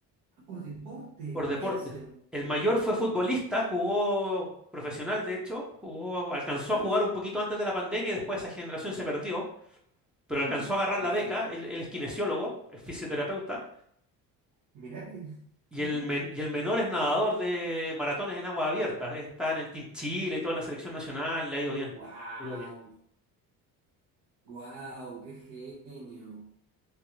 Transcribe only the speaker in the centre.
por deporte.
El mayor fue futbolista, jugó profesional, de hecho, jugó, alcanzó
a jugar un poquito antes de la pandemia y después esa generación se perdió, pero
alcanzó a agarrar
la beca. Él, él es kinesiólogo, es fisioterapeuta
Y
el, men- y el menor es nadador de maratones en aguas abiertas. eh, Está en el Team Chile y toda la selección nacional. Le ha ido bien.
Le ha ido bien.